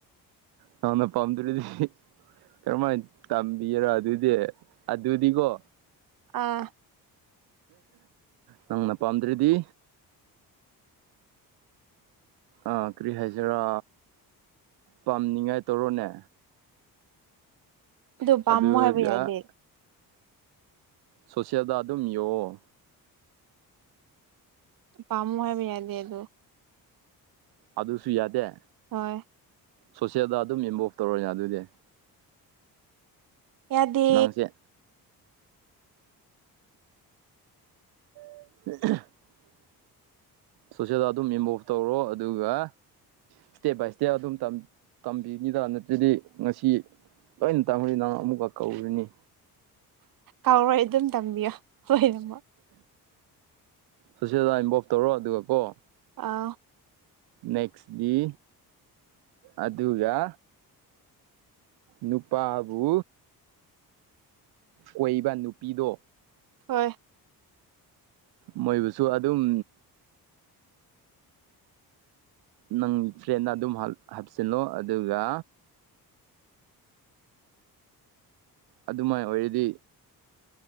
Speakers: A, on the right; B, on the right.
A: ꯅꯪꯅ ꯄꯝꯗꯨꯔꯗꯤ ꯀꯔꯝꯍꯥꯏꯅ ꯇꯝꯕꯤꯔꯥ ꯑꯗꯨꯗꯤ ꯑꯗꯨꯗꯤꯀꯣ
B: ꯑꯥ
A: ꯅꯪꯅ ꯄꯥꯝꯗ꯭ꯔꯤꯗꯤ ꯑꯥ ꯀꯔꯤ ꯍꯥꯏꯁꯤꯔꯥ ꯄꯥꯝꯅꯤꯉꯥꯏ ꯇꯧꯔꯣꯅꯦ
B: ꯑꯗꯗꯣ ꯄꯝꯃꫭ
A: ꯑꯗꯨꯒ
B: ꯍꯥꯏꯕ ꯌꯥꯗꯦ
A: ꯁꯣꯁꯤꯌꯦꯜꯗ ꯑꯗꯨꯝ ꯌꯦꯛꯑꯣ
B: ꯄꯝꯃꯥ ꯍꯥꯏꯕ ꯌꯥꯗꯦ ꯑꯗꯨꯨ
A: ꯑꯗꯨꯁꯨ ꯌꯥꯗꯦ
B: ꯍꯣꯏ
A: ꯁꯣꯁꯤꯌꯦꯜꯗ ꯑꯗꯨꯝ ꯏꯟꯚꫭꯜꯚ ꯇꯧꯔꯣ ꯌꯥꯗꫭꯏꯗꯤ
B: ꯌꯥꯗꯦ
A: ꯅꯪꯁꯦ <inaudible> ꯁꯣꯁꯦꯜꯗ ꯑꯗꯨꯝ ꯏꯟꯚꫭꯜꯚ ꯇꯧꯔꯣ ꯑꯗꯨꯒ ꯁꯇꯦꯞ ꯕꯥꯏ ꯁꯇꯦꯞ ꯑꯗꯨꯝ ꯇꯝꯕꯤ ꯇꯝꯕꯤꯔꯤꯗ ꯅꯠꯇ꯭ꯔꯗꯤ ꯉꯁꯤ ꯂꯣꯏꯅ ꯇꯥꯃꯔꯤ ꯅꯪ ꯑꯃꯨꯛꯀ ꯀꯧꯔꯤꯅꯤ
B: ꯀꯥꯎꯔꯣꯏ ꯑꯗꯨꯝ ꯇꯝꯕꯤꯌꯣ ꯂꫭꯏꯅꯃꯛ
A: ꯁꯣꯁꯦꯜꯗ ꯏꯟꯚꯣꯜꯞ ꯇꯧꯔꯣ ꯑꯗꯨꯒ ꯀꯣ
B: ꯑꯥ
A: ꯅꯦꯛꯁ ꯗꯤ ꯑꯗꯨꯒ ꯅꯨꯄꯥꯕꯨ ꯀꫭꯏꯕ ꯅꯨꯄꯤꯗꯣ
B: ꯍꯣꯏ
A: ꯃꯣꯏꯕꯨꯁꯨ ꯑꯗꯨꯝ ꯅꯪ ꯐ꯭ꯔꯦꯟꯗ ꯑꯗꯨꯝ ꯍꯥꯞꯆꯤꯜꯂꯣ ꯑꯗꯨꯒꯥ ꯑꯗꯨꯃꯥꯏꯅ ꯑꯣꯏꯔꯗꯤ